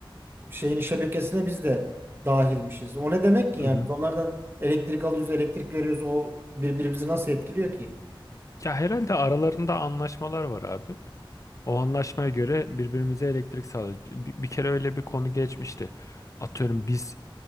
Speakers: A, on the right; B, on the left.
A: şeyini şebekesine biz de dahilmişiz. O ne demek ki
B: Hı
A: yani?
B: hı.
A: Biz onlardan elektrik alıyoruz, elektrik veriyoruz. O birbirimizi nasıl etkiliyor ki?
B: Ya herhalde aralarında anlaşmalar var abi. O anlaşmaya göre birbirimize elektrik sağlıyoruz. Bir, bir kere öyle bir konu geçmişti. Atıyorum biz